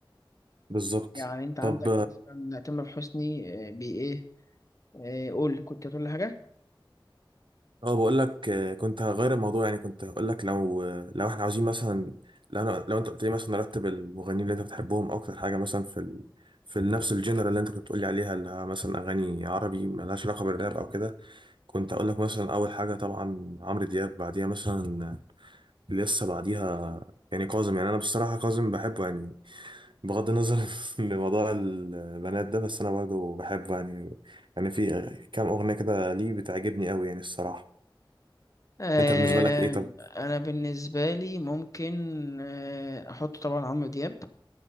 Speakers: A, on the right; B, on the left.
A: بالظبط
B: يعني أنت عندك
A: طب
B: مثلا تامر حسني آه، بي إيه آه، قول كنت هتقول لي حاجة
A: اه بقول لك آه، كنت هغير الموضوع يعني كنت هقول لك لو آه، لو احنا عاوزين مثلا لو أنا لو انت قلت لي مثلا رتب المغنيين اللي انت بتحبهم اكتر حاجه مثلا في ال... في نفس الجنرال اللي انت كنت بتقول لي عليها اللي هي مثلا اغاني عربي ملهاش علاقه بالراب او كده كنت هقول لك مثلا اول حاجه طبعا عمرو دياب بعديها مثلا لسه بعديها يعني كاظم يعني انا بصراحه كاظم بحبه يعني بغض النظر <laughs> لموضوع البنات ده بس انا برضه بحبه يعني يعني في كام اغنيه كده ليه بتعجبني قوي يعني الصراحه
B: آه،
A: انت بالنسبه لك ايه طب
B: انا بالنسبه لي ممكن آه، احط طبعا عمرو دياب